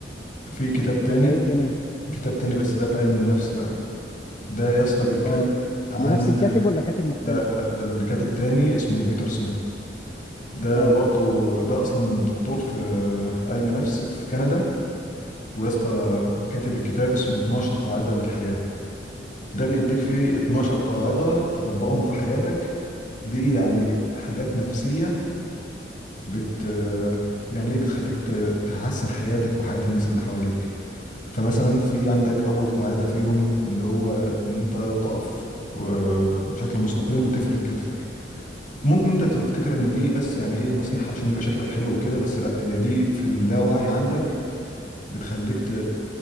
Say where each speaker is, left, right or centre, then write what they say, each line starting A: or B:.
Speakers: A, on the left (about 50°); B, on the left (about 30°).
A: في كتاب تاني
B: ولا ايه الدنيا
A: كتاب تاني بس ده في علم النفس بقى ده يا اسطى بيتكلم
B: اه
A: عن
B: لنفس الكاتب ولا كاتب مختلف
A: لا لا ده الكاتب تاني اسمه بيترسون ده
B: اه
A: برضو ده اصلا دكتور في علم نفس في كندا ويا اسطى كاتب الكتاب اسمه 12 قاعدة للحياة ده بيديك فيه 12 قاعدة تطبقهم في حياتك دي يعني حاجات نفسية بت يعني ايه بتخليك ت- تحسن حياتك وحياة الناس اللي حواليك فمثلا في عندك اول قاعدة فيهم اللي هو ان انت تقف و- بشكل مستقيم وتفرد كتفك ممكن انت تفتكر ان دي بس يعني ايه نصيحة عشان يبقى شكلك حلو وكده بس لا هي دي في اللاوعي عندك بتخليك ت...